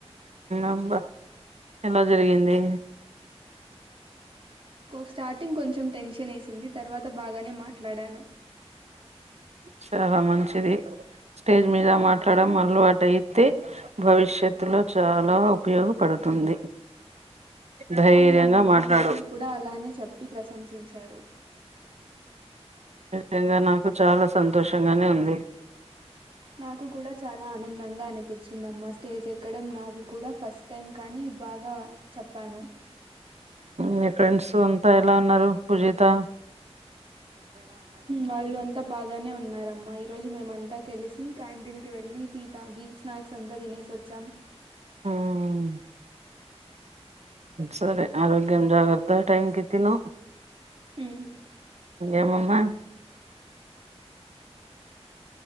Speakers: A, on the right; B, on the right.
A: అబ్బా ఎలా జరిగింది
B: స్టార్టింగ్ కొంచెం టెన్షన్ వేసింది తర్వాత బాగానే మాట్లాడాను
A: సాలామ సర స్టేజ్ మీద మాట్లాడడం వాళ్ళు అయితే భవిష్యత్లో చాలవు ఉపయోగపడుతుంది ధైర్యంగా
B: అవునమ్మా మా
A: మాట్లాడు
B: టీచర్ కూడా అలానే చెప్పి ప్రశంసించారు
A: నింగా నాకు చాలా సంతోషంగానే ఉంది
B: నాకు కూడా చాలా ఆనందంగా అనిపించిందమ్మా స్టేజ్ ఎక్కడం నాకు కూడా ఫస్ట్ టైం కానీ బాగా చెప్పాను
A: మీ ఫ్రెండ్స్ అంతా ఎలా ఉన్నారు కుజితళ
B: వాళ్ళు అంతా బాగానే ఉన్నారు అమ్మా ఈ రోజు మేమంతా కలిసి క్యాంటీన్ కి వెళ్ళి టీ తాగి స్నాక్స్ అంతా తినేసి వచ్చాం
A: ఉమ్ సరే ఆరోగ్యం జాగరత టైమ్ కితి ను
B: హ్మ్.
A: ఏమమ్మా